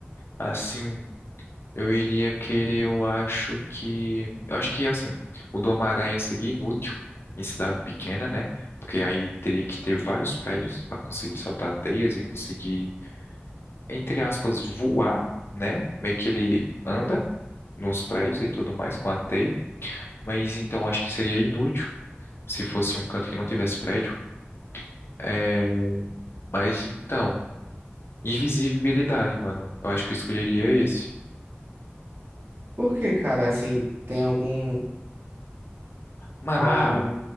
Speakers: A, on the left; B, on the right.
A: assim, eu iria querer, eu acho que. Eu acho que, assim, o do Homem-Aranha seria inútil em cidade pequena, né? Porque aí teria que ter vários prédios pra conseguir soltar teias e conseguir entre aspas, voar, né? Meio que ele anda nos prédios e tudo mais com a teia, mas então acho que seria inútil se fosse um canto que não tivesse prédio. É, mas então, invisibilidade, mano. Eu aano acho que eu escolheria esse.
B: Porque, cara, assim, tem algum,
A: Mano,
B: algum...
A: ah,